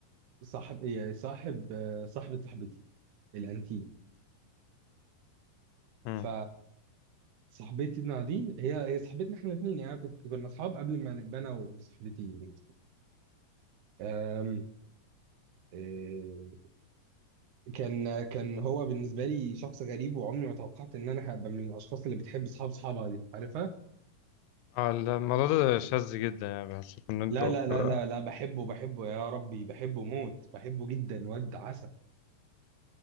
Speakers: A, on the right (about 75°); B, on the left (about 85°).
A: صاحب إيه، صاحب آه، صاحبه صاحبتي الانتي
B: مم.
A: ف صاحبتنا دي هي هي صاحبتنا احنا الاثنين يعني كنت كنا اصحاب قبل ما نبقى انا وصاحبتي يعني. أم... إيه، كان كان هو بالنسبه لي شخص غريب وعمري ما توقعت ان انا هبقى من الاشخاص اللي بتحب اصحاب اصحابها دي عارفها
B: اه الموضوع ده شاذ جدا يعني بحس ان انتوا
A: لا لا لا
B: كده
A: لا لا بحبه بحبه يا ربي بحبه موت بحبه جدا واد عسل